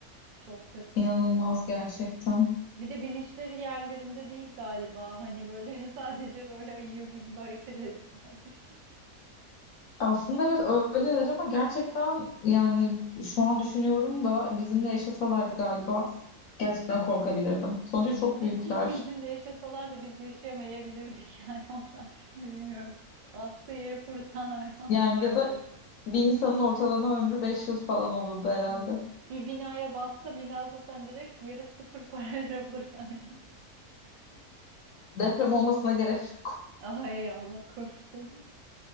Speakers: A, on the right; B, on the left.
A: Çok kötü.
B: İnanılmaz gerçekten.
A: Bir de bilinçleri yerlerinde değil galiba. Hani böyle <laughs> sadece böyle uyuyor gibi hareket ediyorlar. <laughs>
B: Aslında evet öyledir ama gerçekten yani şu an düşünüyorum da bizimle yaşasalardı galiba gerçekten korkabilirdim. Sonuçta
A: Bizimle
B: çok büyükler.
A: bizimle yaşasalar da biz yaşayamayabilirdik yani onlar. <laughs> Bilmiyorum. Bastığı yeri kurutan hayvanlar
B: Yani
A: bayağı
B: ya da
A: büyük.
B: bir insanın ortalama ömrü 5 yıl falan olurdu herhalde.
A: <laughs> Evet. Bir binaya bassa bina zaten direkt yeri sıfır <laughs> parayla olur yani.
B: Deprem olmasına gerek yok.
A: <laughs> Ay Allah korusun.